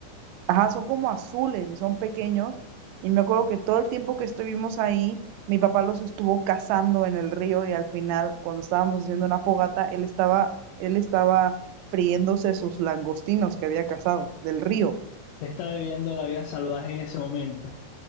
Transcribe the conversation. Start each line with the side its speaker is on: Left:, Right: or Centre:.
Right: Ajá, son como azules y son pequeños. Y me acuerdo que todo el tiempo que estuvimos ahí, mi papá los estuvo cazando en el río y al final, cuando estábamos haciendo una fogata, él estaba, él estaba friéndose sus langostinos que había cazado del río.
Left: Estaba viviendo la vida salvaje en ese momento.